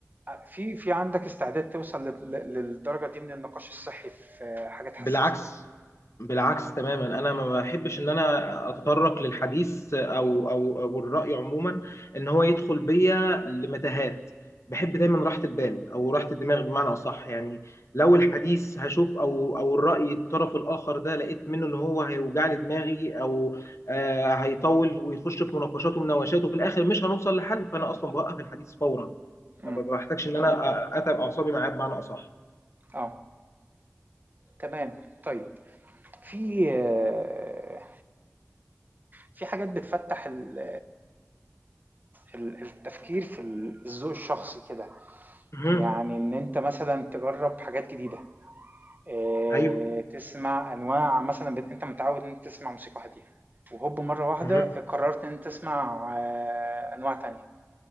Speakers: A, on the right; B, on the left.
A: في في عندك استعداد توصل لل- للدرجة دي من النقاش الصحي في آه، حاجات حساسة؟
B: بالعكس بالعكس تماما انا ما بحبش ان انا اتطرق للحديث او او او الراي عموما ان هو يدخل بيا لمتاهات بحب دايما راحه البال او راحه الدماغ بمعنى اصح يعني لو الحديث هشوف او او الراي الطرف الاخر ده لقيت منه ان هو هيوجع لي دماغي او آه هيطول ويخش في مناقشات ومناوشات وفي الاخر مش هنوصل لحل فانا اصلا بوقف الحديث فورا
A: امم
B: ما بحتاجش ان انا اتعب اعصابي معاه بمعنى اصح
A: اه تمام طيب في آه، في حاجات بتفتح ال- ال- التفكير في الذوق الشخصي كده
B: مهم.
A: يعني ان انت مثلا تجرب حاجات جديده آه،
B: ايوه
A: تسمع انواع مثلا بت- انت متعود ان انت تسمع موسيقى هاديه وهوب مره واحده
B: مهم.
A: قررت ان انت تسمع آه، انواع تانية